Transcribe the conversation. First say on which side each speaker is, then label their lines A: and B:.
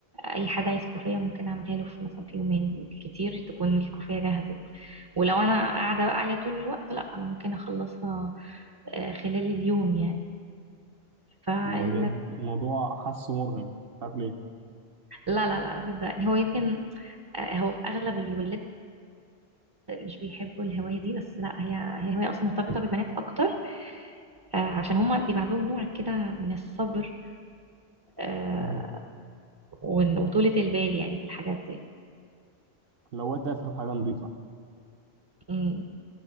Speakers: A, on the right (about 35°); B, on the right (about 65°).
A: اي حد عايز كوفية ممكن اعملها له في مثلا في يومين كتير تكون الكوفية جهزت ولو انا قاعدة بقى عليها طول الوقت لا انا ممكن اخلصها آه، خلال اليوم يعني
B: والله بجد الموضوع حاسه مرهق مش عارف ليه
A: لا لا لا صدقني هو يمكن آه، هو في اغلب الولاد مش بيحبوا الهوايه دي بس لا هي هي هوايه اصلا مرتبطه بالبنات اكتر آه، عشان هما بيبقى عندهم نوع كده من الصبر آه،
B: مهم.
A: وإن- وطولة البال يعني في الحاجات دي
B: لو وقت افهم حاجه نظيفه
A: مم.